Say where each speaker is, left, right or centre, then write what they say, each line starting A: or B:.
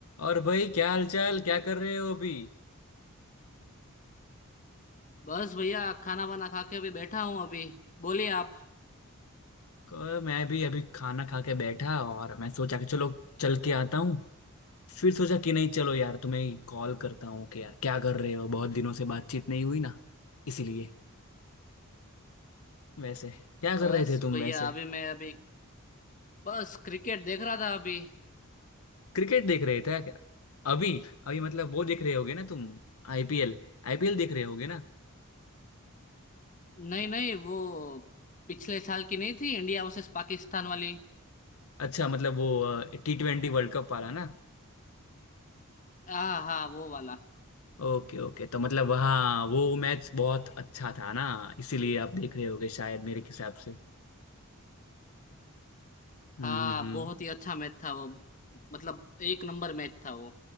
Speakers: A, on the left; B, on the left.
A: और भाई क्या हाल चाल क्या कर रहे हो अभी
B: बस भैया खाना वाना खा के अभी बैठा हूँ अभी बोलिए आप
A: क- मैं भी अभी खाना खा के बैठा और मैं सोचा कि चलो चल के आता हूँ फिर सोचा कि नहीं चलो यार तुम्हें कॉल करता हूँ कि यार क्या कर रहे हो बहुत दिनों से बातचीत नहीं हुई ना इसीलिए वैसे क्या कर
B: बस
A: रहे थे तुम
B: भैया
A: वैसे
B: अभी मैं अभी बस क्रिकेट देख रहा था अभी
A: क्रिकेट देख रहे थे क्या अभी अभी मतलब वो देख रहे होगे ना तुम आईपीएल आईपीएल देख रहे होगे ना
B: नहीं नहीं वो पिछले साल की नहीं थी इंडिया वर्सेस पाकिस्तान वाली
A: अच्छा मतलब वो टी ट्वेंटी वर्ल्ड कप वाला ना
B: हाँ हाँ वो वाला
A: ओके ओके तो मतलब हाँ वो मैच बहुत अच्छा था ना इसीलिए आप देख रहे होगे शायद मेरे हिसाब से हम्म
B: हाँ
A: हम्म हम्म।
B: बहुत ही अच्छा मैच था वो मतलब एक नंबर मैच था वो